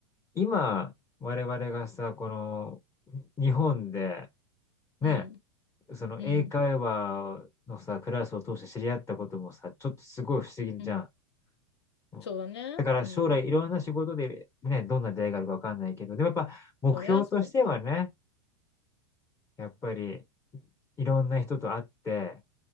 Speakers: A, on the left; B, on the left.
A: 今、我々がさ、この、日本で、ね、
B: うん、
A: その英会話のさ、
B: うん、
A: クラスを通して知り合ったこともさ、ちょっとすごい不思議じゃん。
B: うん、
A: うんだから将来いろんな仕事でね、
B: そうだね。うん、
A: どんな出会いがあるかわかんないけど、でもやっぱ目標としてはね、
B: それはそ
A: やっぱりいろんな人と会って、